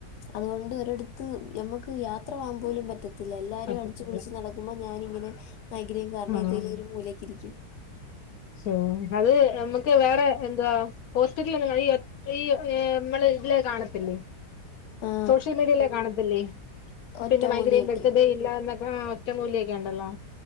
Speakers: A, on the left (about 80°); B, on the left (about 70°).
A: അതുകൊണ്ടൊരു എട്ത്ത് ഞമ്മക്ക് യാത്രപോകാൻ പോലും പറ്റത്തി ലെല്ലാരും
B: പറ്റത്തില്ല
A: അടിച്ച് പൊളിച്ച് നടക്കുമ്പോ ഞ് ഞാനിങ്ങനെ മൈഗ്രേൻ കാരണം
B: ആഹ്
A: ഏതേലൊരു മൂലക്കിരിക്കും
B: <unintelligible> അത് നമ്മക് വേറെ എന്തുവാ ഹോസ്പിറ്റലിലൊന്നും <unintelligible> ഈ ഏ മ്മള് ഇതില് കാണത്തില്ലേ
A: ആ
B: സോഷ്യൽ മീഡിയയിലെ കാണ തില്ലേ?
A: ഒറ്റമൂലിയൊക്കെയോ
B: പിന്നെ മൈഗ്രേൻ ബരുത്തതേ ഇല്ലാന്നക് ആ ഒറ്റമൂലി ക്കെണ്ടല്ലോ